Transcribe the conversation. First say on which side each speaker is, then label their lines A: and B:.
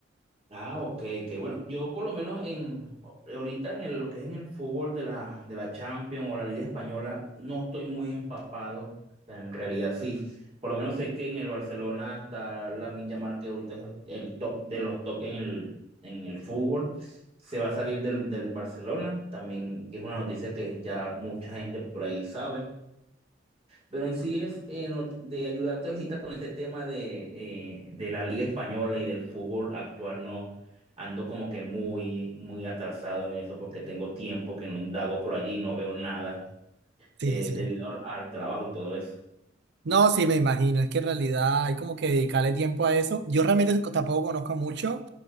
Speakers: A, on the right; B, on the right.
A: Ah, ok, que bueno, yo por lo menos en ahorita en el- lo que es en el fútbol de la, de la Champions o la Liga Española, no estoy muy empapado. O sea, en realidad sí. Por lo menos sé que en el Barcelona está Lamine Yamal, que ahorita es el el top de los top en el, en el fútbol. Se va a salir del, del Barcelona, también que es una noticia que ya mucha gente por ahí sabe. Pero en sí es en lo- de ayudarte ahorita con ese tema de, eh, de la Liga Española y del fútbol actual, no ando como que muy, muy atrasado en eso porque tengo tiempo que no indago por allí, no veo nada
B: Sí,
A: eh,
B: sí.
A: debido al, al trabajo y todo eso.
B: No, sí, me imagino. Es que en realidad hay como que dedicarle tiempo a eso. Yo realmente co- tampoco conozco mucho,